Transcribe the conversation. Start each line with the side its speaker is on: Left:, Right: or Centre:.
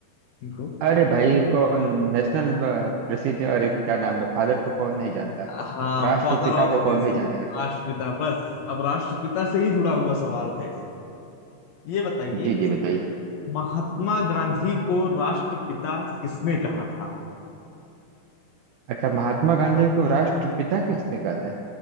Left: इनको
Right: अरे भाई कौन नेशनल प्रसिद्ध अरे क्या नाम है फादर को कौन नहीं जानता
Left: हाँ
Right: राष्ट्रपिता
Left: फादर ऑफ
Right: को
Left: नेशन
Right: कौन नहीं जानेगा
Left: राष्ट्रपिता बस अब राष्ट्रपिता से ही जुड़ा हुआ सवाल है ये बताइए
Right: जी जी बताइए
Left: महात्मा गांधी को राष्ट्रपिता किसने कहा था
Right: अच्छा महात्मा गांधी को राष्ट्रपिता किसने कहा था